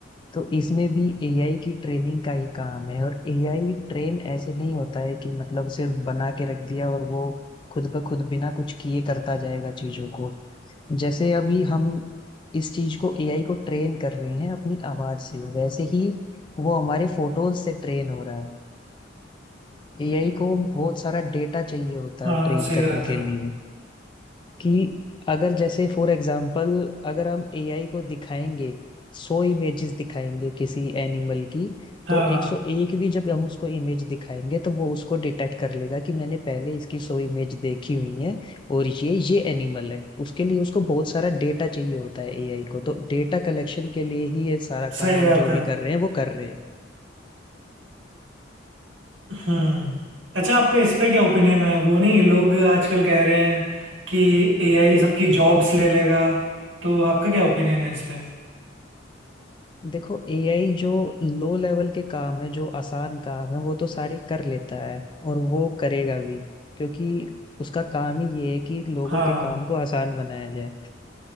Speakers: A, on the left; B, on the right.
A: तो इसमें भी एआई की ट्रेनिंग का ही काम है और एआई ट्रेन ऐसे नहीं होता है कि मतलब सिर्फ बना के रख दिया और वो खुद ब खुद बिना कुछ किए करता जाएगा चीजों को जैसे अभी हम इस चीज को एआई को ट्रेन कर रहे हैं अपनी आवाज से वैसे ही वो हमारे फोटोज से ट्रेन हो रहा है एआई को बहुत सारा डेटा चाहिए होता
B: हाँ
A: है ट्रेन
B: सही
A: करने
B: बात
A: के
B: है
A: लिए कि अगर जैसे फॉर एग्जाम्पल अगर हम एआई को दिखाएंगे सौ इमेजेस दिखाएंगे किसी एनिमल की
B: हाँ
A: तो 101 भी जब हम उसको इमेज दिखाएंगे तो वो उसको डिटेक्ट कर लेगा कि मैंने पहले इसकी सौ इमेज देखी हुई है और ये ये एनिमल है उसके लिए उसको बहुत सारा डेटा चाहिए होता है एआई को तो डेटा कलेक्शन के लिए ही ये सारा काम
B: सही
A: हम
B: बात
A: जो भी
B: है
A: कर रहे हैं वो कर रहे हैं
B: हम्म अच्छा आपका इस पे क्या ओपिनियन है वो नहीं लोग आजकल कह रहे हैं कि एआई सबकी जॉब्स ले लेगा तो आपका क्या ओपिनियन है इस पे
A: देखो एआई जो लो लेवल के काम है जो आसान काम है वो तो सारे कर लेता है और वो करेगा भी क्योंकि उसका काम ही ये है कि लोगों
B: हाँ
A: के काम को आसान बनाया जाए